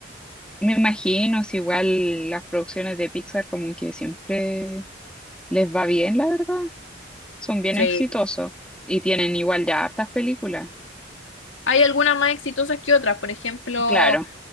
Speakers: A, in the centre; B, on the left.
A: me imagino, si igual las producciones de Pixar como que siempre les va bien, la verdad. Son bien
B: Sí.
A: exitosos y tienen igual ya hartas películas.
B: Hay algunas más exitosas que otras, por ejemplo,
A: Claro.